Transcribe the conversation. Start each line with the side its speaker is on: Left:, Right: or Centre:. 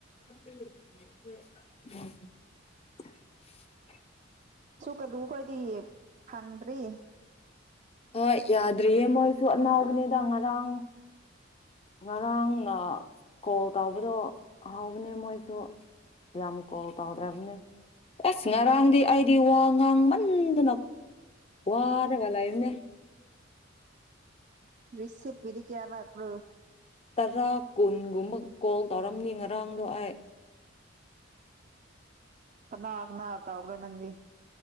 Left: <unintelligible>
Right: ꯁꯨ ꯀꯂꯨ ꯈꯣꯏꯗꯤ ꯐꯪꯗ꯭ꯔꯤ꯫
Left: ꯍꯣꯏ ꯌꯥꯗ꯭ꯔꯤꯌꯦ ꯃꯣꯏꯁꯨ ꯑꯅꯥꯎꯕꯅꯤꯗ ꯉꯔꯥꯡ꯫ ꯉꯔꯥꯡꯅ꯫ ꯀꯣꯜ ꯇꯧꯕꯗꯣ ꯍꯥꯎꯕꯅꯦ ꯃꯣꯏꯁꯨ ꯌꯥꯝ ꯀꯣꯜ ꯇꯥꯎꯗ꯭ꯔꯕꯅꯦ ꯑꯦꯁ ꯉꯔꯥꯡꯗꯤ ꯑꯩꯗꯤ ꯋꯥ ꯉꯥꯡꯃꯟꯗꯅ꯫ ꯋꯥꯗ ꯋꯥꯂ ꯑ
Right: ꯔꯤꯁꯞ ꯀꯤꯔꯤ ꯀꯦꯌꯥꯔ꯭ꯔꯣ
Left: ꯇꯔꯥ ꯀꯨꯟꯒꯨꯝꯕ ꯀꯣꯜ ꯇꯧꯔꯝꯅꯤ ꯉꯔꯥꯡꯗꯣ ꯑꯩ
Right: ꯀꯅꯥ ꯀꯅꯥ ꯇꯧꯒ ꯅꯪꯗꯤ